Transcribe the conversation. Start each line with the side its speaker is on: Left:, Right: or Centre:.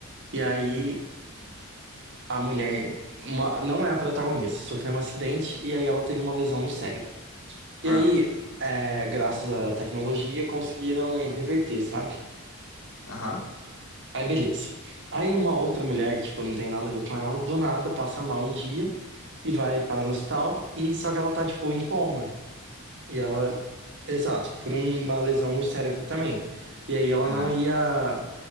Right: e aí a mulher, uma- não é a protagonista, sofreu um acidente e aí ela teve uma lesão no cérebro. E
Left: ah,
Right: aí, é, graças à tecnologia, conseguiram reverter, sabe?
Left: aham,
Right: Aí beleza. Aí uma outra mulher que, tipo, não tem nada a ver com ela, do nada passa mal um dia e vai parar no hospital, e só que ela tá, tipo, em coma. E ela, exato, por uma lesão no cérebro também. E aí ela
Left: aham,
Right: não ia,